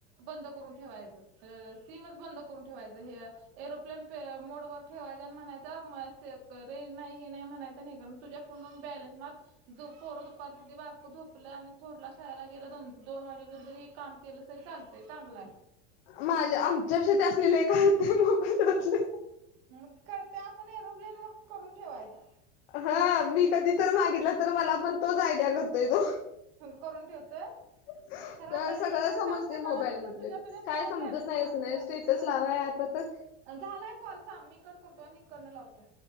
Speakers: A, on the right (about 65°); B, on the left (about 65°).
A: बंद करून ठेवायचं. सीमच बंद करून ठेवायचं हे. एरोप्लेन मोडवर ठेवायचा आणि म्हणायच रेंज नाही हे नाही म्हणायचं नाही करा तुझ्या फोनवरून बॅलेंन्स मार पोरं दुपार बारंक झोपलं आणि थोरला खेळायला गेला दोन दोन वाजून जरी जरी हे काम केलं, तरी चालतंय चांगलंय.
B: माझ्या आमच्याशी त्यांसनी लेय काय होते
A: मग काय ते आपण एरोप्लेन वर करून ठेवायचा.
B: हा मी कधी तर मागितला तर मला पण तोच आयडिया देतोय तो.
A: करून ठेवतोय.
B: <unintelligible>
A: खरं
B: तर
A: आता हे
B: सगळं
A: जर
B: समजते
A: काम करणार
B: मोबाईल
A: असली तर
B: मधले,
A: तुझ्या तुझ्या
B: काय
A: फोनवर
B: समजत
A: बॅलन्स
B: नाही
A: मार
B: असं नाही,
A: गं
B: स्टेटस
A: म्हणजे बरं
B: लावाय
A: पडतंय
B: आता
A: नाही.
B: त
A: झालाय कॉल, थांब मी कट करतो, आणि इकडण लावतो.